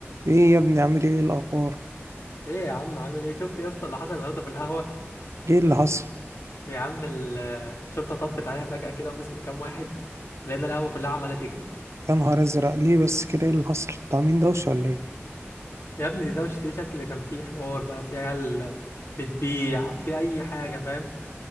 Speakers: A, on the right (about 80°); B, on the left (about 70°).
A: ايه يا ابني عامل ايه إيه الاخبار
B: ايه يا عم عامل ايه شفت يا اسطى اللي حصل النهارده في القهوه
A: ايه اللي حصل
B: يا عم ال- الشرطه طبت علينا فجاه كده ومسكت كام واحد ولقينا القهوه كلها عماله تجري
A: يا نهار ازرق ليه بس كده ايه اللي حصل انتوا عاملين دوشه ولا ايه
B: يا ابني ده وش- ده شكل كان فيه حوار بقى في عيال بتبيع في اي حاجه فاهم